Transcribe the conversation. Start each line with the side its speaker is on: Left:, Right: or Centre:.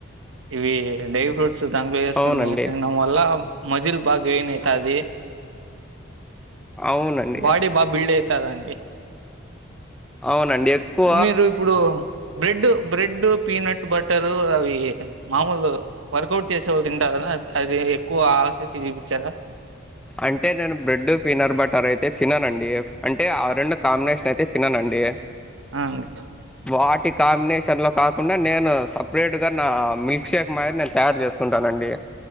Right: ఇవి డ్రై ఫ్రూట్ సో దాంట్లో వేసుకొని
Centre: అవునండి.
Right: తినడం వల్ల మజిల్ బాగా ఎయిన్ ఐతాది
Centre: అవునండి.
Right: బాడీ బా బిల్డ్ ఐతాదండి
Centre: అవునండి ఎక్కువ
Right: మీరు ఇప్పుడు బ్రెడ్ బ్రెడ్ పీనట్ బట్టరు అవి మామూలు వర్కౌట్ చేసేవాళ్ళు తింటారు కదా అది ఎక్కువ ఆసే తిని పిచ్చేదా
Centre: అంటే నేను బ్రెడ్ పీనట్ బటర్ అయితే తన్నానండి అంటే ఆ రెండు కాంబినేషన్ అయితే తిననండి
Right: అ అండి
Centre: వాటి కాంబినేషన్ లో కాకుండా నేను సపరేట్గా నా మిల్క్ షేక్ మాది నేను తయారు చేసుకుంటానండి